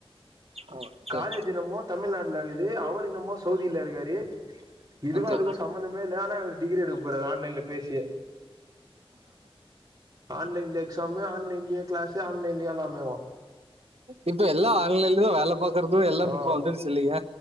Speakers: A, on the right; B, on the right.
A: ஆ சரி
B: காலேஜ் இனமோ தமிழ்நாட்டுல இருகுது அவர் இனமோ சவுதியில இருக்காரு இதுக்கு
A: ஓகே
B: அதுக்கு சம்பந்தமே இல்லே ஆனா இவர் டிகிரி எடுக்க போறார் ஆன்லைன்லே பேசியே ஆன்லைன்ல எக்ஸாமு ஆன்லைன்லயே கிளாஸ் ஆன்லைன்லயே எல்லாமேவா
A: இப்ப எல்லா ஆன்லைன்ல தா வேலேப் பாக்குறது எல்லா
B: ஆ
A: இப் இப்ப வந்துருச்சு இல்லயா